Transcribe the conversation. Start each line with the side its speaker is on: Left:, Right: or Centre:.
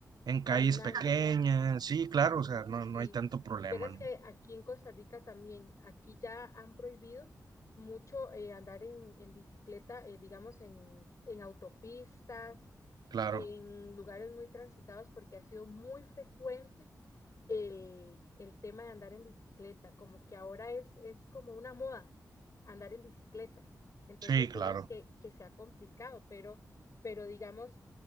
Right: en
Left: caminando.
Right: calles pequeñas, sí, claro,
Left: Ujú,
Right: o sea, no,
Left: sí,
Right: no hay tanto problema,
Left: verás
Right: ¿no?
Left: que aquí en Costa Rica también, aquí ya han prohibido mucho eh, andar en, en bicicleta, eh, digamos, en, en autopistas,
Right: Claro,
Left: en lugares muy transitados, porque ha sido muy frecuente el, el tema de andar en bicicleta, como que ahora es, es como una moda andar en bicicleta. Entonces,
Right: sí, claro.
Left: vieras que, que se ha complicado, pero, pero digamos,